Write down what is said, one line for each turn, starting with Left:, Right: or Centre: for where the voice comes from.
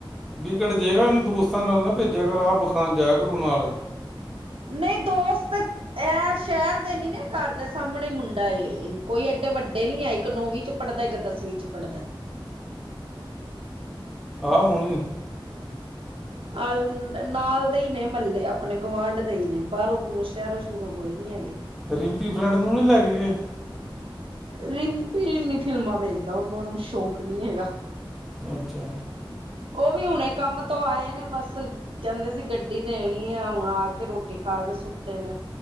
Centre: ਵਿਕ ਏਂਡ ਜੇਗਾ, ਓਹਨੂੰ ਦੋਸਤਾਂ ਨਾਲ ਨਾ ਭੇਜਿਆ ਕਰ, ਆਪ ਖਾਨ ਜਾਇਆ ਕਰੋ ਨਾਲ।
Right: ਨਹੀਂ ਦੋਸਤ, ਐ ਸ਼ਹਿਰ ਦੇ ਨੀ ਨਾ, ਘਰ ਦੇ ਸਾਹਮਣੇ ਮੁੰਡਾ ਏ। ਕੋਈ ਏਡੇ ਵੱਡੇ ਨੀ ਆ, ਇੱਕ ਨੌਵੀਂ'ਚ ਪੜ੍ਹਦਾ, ਇੱਕ ਦਸਵੀਂ'ਚ ਪੜ੍ਹਦਾ।
Centre: ਆਹ ਹੁਣ
Right: ਆਲ, ਨਾਲ ਦੇ ਹੀ ਨੇ ਮਹੱਲੇ, ਆਪਣੇ ਗੁਆਂਢ ਦੇ ਹੀ ਨੇ। ਬਾਹਰੋਂ-ਬੂਰੋਂ, ਸ਼ਹਿਰੋ-ਸ਼ੁਰੋਂ ਕੋਈ ਨੀ ਹੈਗੇ।
Centre: ਰਿੰਪੀ ਫਰੈਂਡ ਨੂੰ ਨਹੀ ਲੈਕੇ ਗਏ?
Right: ਰਿੰਪੀ ਨਹੀਂ ਫਿਲਮਾਂ ਵੇਖਦਾ, ਉਹਨੂੰ, ਹੁਨ ਸ਼ੌਕ ਨੀ ਹੈਗਾ।
Centre: ਅੱਛਾ।
Right: ਉਹ ਵੀ ਹੁਣੇ ਕੰਮ ਤੋਂ ਆਏ ਨੇ, ਬਸ ਕਹਿੰਦੇ ਸੀ ਗੱਡੀ ਦੇਣੀ ਏ, ਹੁਣ ਆਕੇ ਰ੍ਹੋਟੀ ਖਾਕੇ ਸੁ ਤੇ ਨੇ,